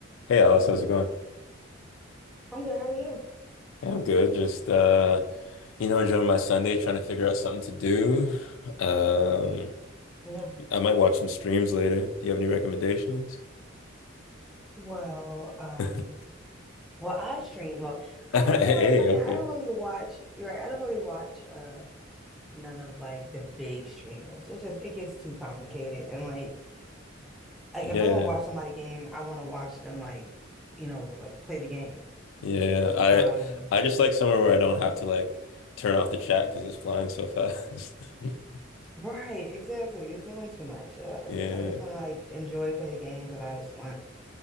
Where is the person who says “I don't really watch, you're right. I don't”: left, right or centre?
Centre